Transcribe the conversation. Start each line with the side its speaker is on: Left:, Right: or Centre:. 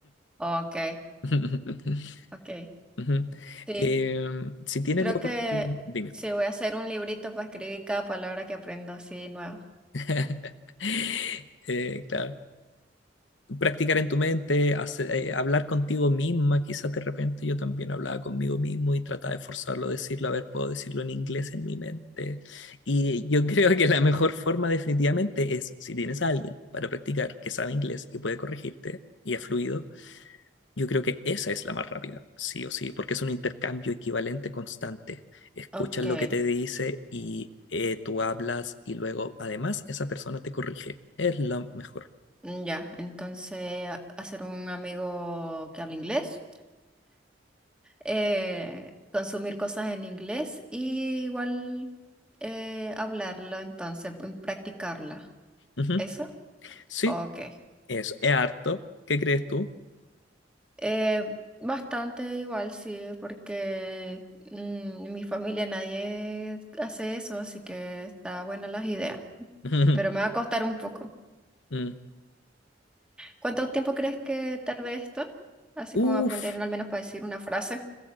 Centre: ok,
Left: <laughs>
Centre: ok.
Left: Ujú.
Centre: Sí,
Left: Eh, si tienes
Centre: Creo
Left: la oportunidad,
Centre: que
Left: dime.
Centre: sí voy a hacer un librito para escribir cada palabra que aprendo así nueva.
Left: <laughs> Eh, claro. practicar en tu mente, hace- eh, hablar contigo misma, quizás de repente yo también hablaba conmigo mismo y trataba de forzarlo a decirlo, a ver, puedo decirlo en inglés en mi mente. Y yo <laughs> creo que la mejor forma definitivamente es, si tienes a alguien para practicar que sabe inglés y puede corregirte y es fluido, yo creo que esa es la más rápida, sí o sí, porque es un intercambio equivalente constante. Escuchas
Centre: Ok,
Left: lo que te dice y eh, tú hablas y luego además esa persona te corrige. Es la mejor.
Centre: mm, ya, entonces a- hacer un amigo que hable inglés, eh, consumir cosas en inglés y igual eh, hablarla, entonces p- practicarla.
Left: Ujú.
Centre: ¿Eso?
Left: Sí,
Centre: Ok.
Left: Eso, es harto. ¿Qué crees tú?
Centre: Eh, bastante igual, sí, porque mm, en mi familia nadie hace eso, así que está buena las ideas,
Left: <laughs>
Centre: pero me va a costar un poco.
Left: Mm.
Centre: ¿Cuánto tiempo crees que tarde esto? Así
Left: Uf.
Centre: como aprender al menos para decir una frase.